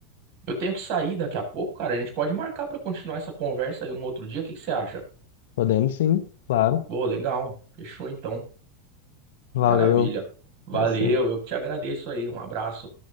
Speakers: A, on the right; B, on the left.
A: Eu tenho que sair daqui a pouco, cara. A gente pode marcar pra continuar essa conversa aí um outro dia. O que que você acha?
B: Podemos sim, claro.
A: Pô, legal. Fechou então. Maravilha.
B: Valeu.
A: Valeu,
B: É isso aí.
A: eu que te agradeço aí. Um abraço.